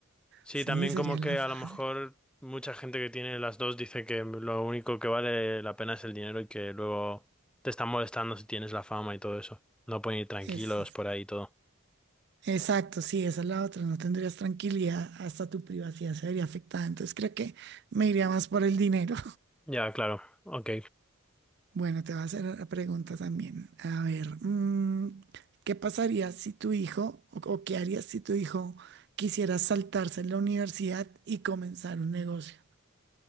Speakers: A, in the centre; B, on the right (about 50°).
A: Sí,
B: Sí,
A: también
B: sería
A: como
B: la
A: que
B: fácil.
A: a lo mejor mucha gente que tiene las dos dice que lo único que vale la pena es el dinero y que luego te están molestando si tienes la fama y todo eso. No pueden ir tranquilos
B: Eso.
A: por ahí y todo.
B: Exacto, sí, esa es la otra. No tendrías tranquilidad, hasta tu privacidad se vería afectada. Entonces creo que me iría más por el dinero.
A: Ya, claro, ok.
B: Bueno, te voy a hacer la pregunta también. A ver, mm, ¿qué pasaría si tu hijo, o, o qué harías si tu hijo quisiera saltarse la universidad y comenzar un negocio?